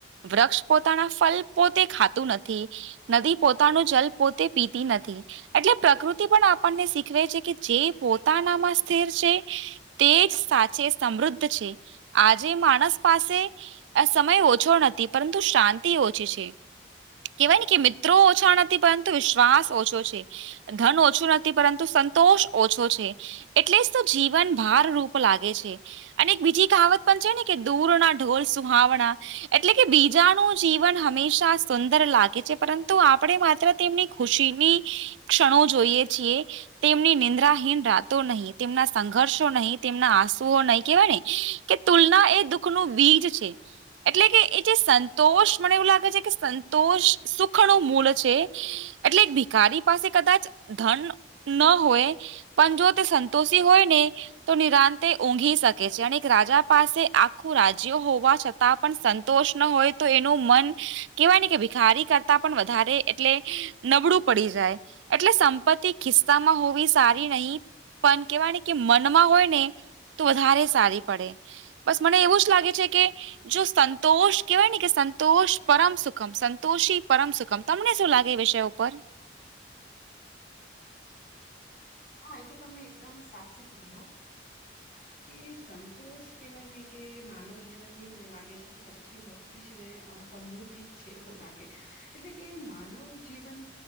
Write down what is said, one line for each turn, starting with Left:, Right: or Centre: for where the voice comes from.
Right: વૃક્ષ પોતાના ફલ પોતે ખાતું નથી. નદી પોતાનું જલ પોતે પીતી નથી. એટલે પ્રકૃતિ પણ આપણને શીખવે છે, કે જે પોતાનામાં સ્થિર છે તે જ સાચે સમૃદ્ધ છે. આજે માણસ પાસે સમય ઓછો નથી પરંતુ શાંતિ ઓછી છે. કહેવાય ને કે મિત્રો ઓછા નથી પરંતુ વિશ્વાસ ઓછો છે. ધન ઓછું નથી પરંતુ સંતોષ ઓછો છે. એટલે જ તો જીવન ભાર રૂપ લાગે છે અને એક બીજી કાહવત દૂરના ઢોર સુહામણા. એટલે કે બીજાનું જીવન હંમેશા સુંદર લાગે છે પરંતુ આપણે માત્ર તેમની ખુશીની ક્ષણો જોઈએ છીએ. તેમની નિંદ્રાહીન રાતો નહી, તેમના સંઘર્ષો નહી, તેમના આંસુઓ નહી કેહેવાય ને કે તુલના એ દુઃખ ન બીજ છે. એટલે કે એ જે સંતોષ મને એવું લાગે છે, કે સંતોષ સુખ ન મૂળ છે. એટલે ભીકારી પાસે કદાચ ધન ન હોય. પણ જો તે સંતોષી હોય ને તો નિરાંત તે ઊંઘી શકે છે, અને રાજા પાસે આખું રાજ્યો હોવા છતાં પણ સંતોષ ન હોય તો એનું મન કેવાય ને કે ભિખારી કરતા પણ વધારે એટલે નબળું પડી જાય. એટલે સંપત્તિ ખિસ્સામાં હોવી સારી નહી. પણ કેવાય ને મનમાં હોય ને તો વધારે સારી. પડે બસ મને એવું જ લાગે છે કે જો સંંતોષ કેવાય ને કે સંતોષ પરમ સુખમ સંતોષી પરમ સુખમ. તમને શું લાગે એ વિષય ઉપર.
Left: હા એ તો તમે એકદમ સાચું કીધું હો. કે સંતોષ કહેવાય ને કે માનવ જીવનની મને લાગે છે કે સૌથી મો છે ને સમૃદ્ધિ જ છે એવું લાગે એટલે કે માનવ જીવન